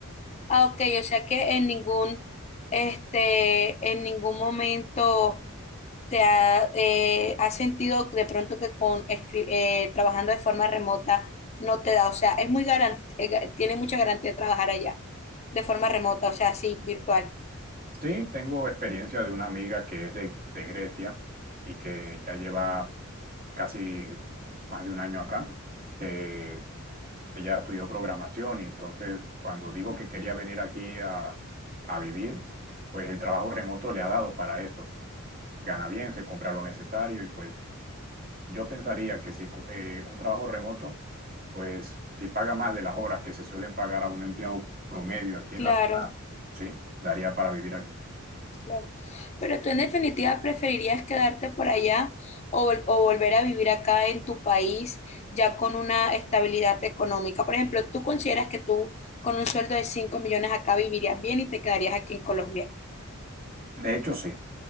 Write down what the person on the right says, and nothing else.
Sí, tengo experiencia de una amiga que es de, de Grecia y que ya lleva casi más de un año acá. Eh, Ella estudió programación y entonces cuando dijo que quería venir aquí a, a vivir, pues el trabajo remoto le ha dado para eso. Gana bien, se compra lo necesario y pues yo pensaría que si eh, un trabajo remoto, pues si paga más de las horas que se suelen pagar a un empleado promedio aquí
en la ciudad, sí, daría para vivir aquí.
De hecho, sí.